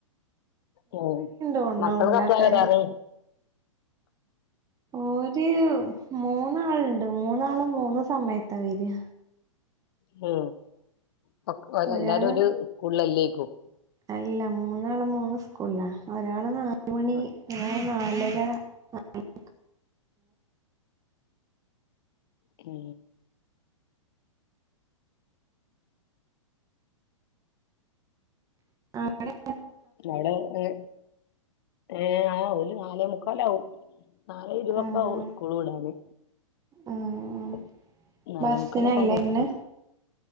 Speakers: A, on the left (about 45°); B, on the right (about 20°).
A: ഹ്മ്മ്,,
B: തോന്ന്ണു
A: മക്കൾ
B: ഇണ്ടാക്കാന്
A: ഇപ്പളാ വരാറ് <inaudible>
B: ഒര് മൂന്നാള്ണ്ട് മൂന്നാളും മൂന്ന് സമയത്താ വരാ
A: ഹ്മ്മ്, ടക്ക് ഓര്
B: ഒരാള്
A: എല്ലാരും ഒര് സ്കൂളിലല്ലേക്കും <inaudible>
B: അല്ല, മൂന്നാളും മൂന്ന് സ്കൂളിലാ ഒരാള് കാ മൂന്ന് മണി,
A: ഉം
B: നാല്, നാലര, നാലെമുക്കാല്
A: ഒക്കെ.
B: <unintelligible>
A: <unintelligible> ഏഹ് ഏഴാ ആഹ് ഓല് നാലെ മുക്കാലാവും നാലേ ഇരുവൊക്കെ
B: ആഹ്
A: ആവും സ്കൂള് വിടാന്
B: ആഹ്
A: <inaudible> നാലെ
B: ബസ്സിനല്ലേ
A: മുക്കാലൊക്കെ ആവുമ്പോ
B: വരണെ
A: എത്തും.